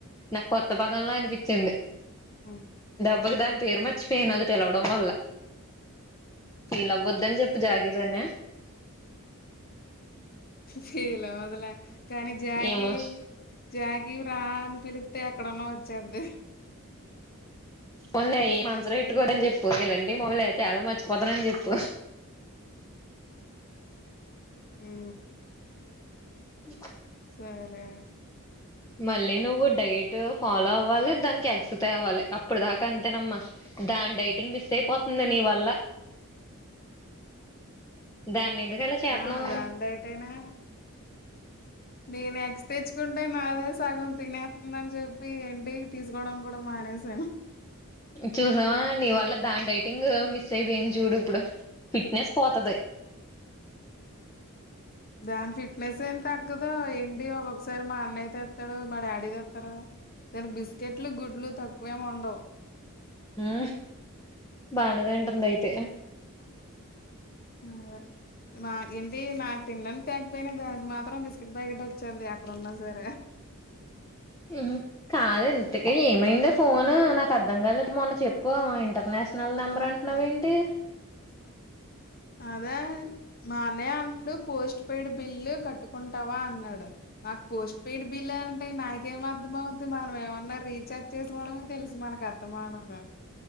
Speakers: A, on the left; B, on the left.
A: నాకు కొత్త పదంల అనిపిచింది
B: ఆ
A: ఓదు దాని పేరు మచ్చిపోయిన అది పిలువడం వాళ్ల ఫీలవద్దు అని చెప్పు జాగీదనే
B: ఫీల్ అవ్వదులే కానీ జాకి
A: ఏమో
B: జ కాకి వు రా అని పిలికితే ఎక్కడున్నా వచ్చేది
A: ఉన్నాయి మనసురేట్ పట్టుకోరు అని చెప్పు ఎలాండి మాములే చాలా మర్చిపోతారని చెప్పు
B: ఉ
A: ఇ
B: సరే లేే
A: మళ్ళీ నువ్వు డైట్ ఫాలో అవ్వాలి దానికి ఎగ్స్ తేవాలి అప్పుడు దాకా అంతేనమ్మా దాని డైటింగ్ మిస్ అయిపోతుంది నీ వల్ల దాన్ని ఎందుకు అలా చేతున్నావు
B: ఆ దందు అంయిటైనా నేను ఎగ్స్ తెచ్చుకుం అంటే నాదే సాగం తినేస్తుందని చెప్పి ఏంటి తీసుకోవడం కూడా మానేసాను
A: చూసావా నీ వాళ్ళ దాని డైటింగ్ మిస్ అయిపోయింది చూడు ఇప్పుడు ఫిట్నెస్ పోతది
B: దాని ఫిట్నెస్ ఏం తగ్గదో ఏంటి ఒక్కొక్కసారి మా అన్నయ్య తేస్తాడు మా డాడీ తేస్తారు దానికి బిస్కెట్లు గుడ్లు తక్కువేము ఉండవు
A: ఉ బానేదంటుంది అయితే
B: అవునా మా ఏంటి నాకు తినడానికి తేకపోయినా దానికి మాత్రం బిస్కెట్ బ్యాకెట్ వచ్చేది ఎక్కడున్నా సరే
A: ఇల్ కాదే ఇంతకి ఏమైందో ఫోన్ నాకు అర్థం కాలేదు మొన్న చెప్పు ఇంటర్నేషనల్ నెంబర్ అంటున్నావు ఏంటి ఏ
B: అదే మా అన్నయ్య అండు పోస్ట్ పెయిడ్ బిల్లు కట్టుకుంటావా అన్నాడు నాకు పోస్ట్ పెయిడ్ బిల్ అంటే నాకు ఏం అర్ధం అవుద్ది మనం ఏమన్నా రీఛార్జ్ చేసుకోవడమే తెలుసు మనక్ కర్తమానం రా